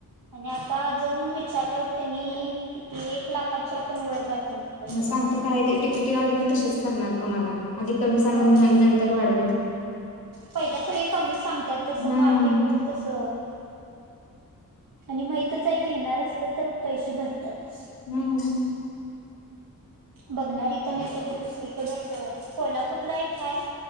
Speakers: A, on the right; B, on the left.
A: आणि आता जाऊन विचारल्यावर त्यांनी किती एक लाखाच्या पण वय जाते म्हटलं त्यांनी
B: सांगते
A: पण
B: काय ते टिकीटीवाले पण तसेच करणार तुम्हाला आधी कमी सांगून
A: होय
B: आणि नंतर वाढवून दे
A: पहिल्या स खमली सांगतात जसं
B: हम्म
A: मार्कही होईल तस आणि माहीतचही घेणार असलं तर पैसे भरतात
B: हम्म
A: बघणारी तर हे सगळ दुसरीकडेच कोल्हापूरला एक काय